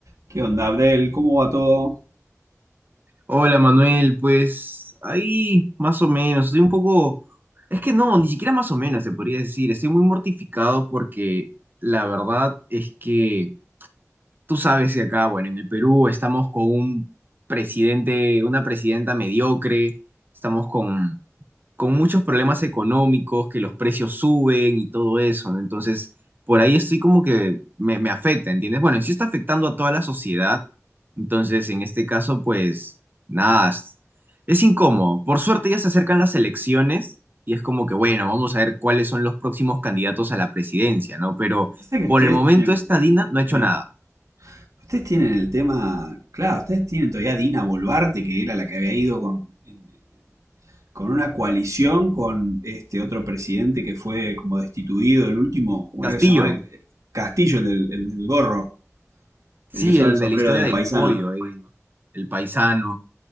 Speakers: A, on the right; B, on the right.
A: ¿Qué onda, Abdel? ¿Cómo va todo?
B: Hola Manuel, pues ahí más o menos, estoy un poco, es que no, ni siquiera más o menos se podría decir, estoy muy mortificado porque la verdad es que tú sabes que acá, bueno, en el Perú estamos con un presidente, una presidenta mediocre, estamos con con muchos problemas económicos, que los precios suben y todo eso, ¿no? Entonces, por ahí estoy como que me, me afecta, ¿entiendes? Bueno, y sí está afectando a toda la sociedad, entonces en este caso, pues nada, es, es incómodo. Por suerte ya se acercan las elecciones y es como que, bueno, vamos a ver cuáles son los próximos candidatos a la presidencia, ¿no? Pero
A: Pasa que
B: por
A: ustedes
B: el momento
A: tienen.
B: esta Dina no ha hecho
A: sí,
B: nada.
A: Ustedes tienen el tema. Claro, ustedes tienen todavía a Dina Boluarte, que era la que había ido con, en- con una coalición con este otro presidente que fue como destituido, el último, ¿cómo
B: Castillo,
A: era que se llamaba? El- Castillo, el del, el del gorro,
B: sí,
A: el que usaba
B: el
A: el sombrero
B: de la historia
A: de
B: del
A: paisano.
B: pollo, ahí, el paisano,